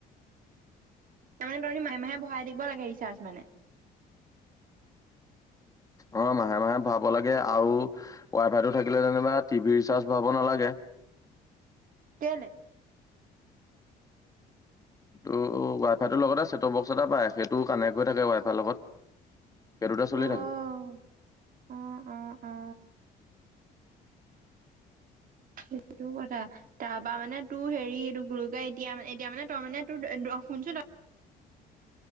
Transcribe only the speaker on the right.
তাৰমানে তহতি মাহে মাহে ভৰাই থাকিব লাগে ৰিচাৰ্জ মানে
কেলে
অ',
অ অ অ সেইটো কথা। তাৰ পা মানে তোৰ হেৰি এইটো কি বুলি কয় এতিয়া মান এতিয়া মানে তই মানে তোৰ দ শুনছোন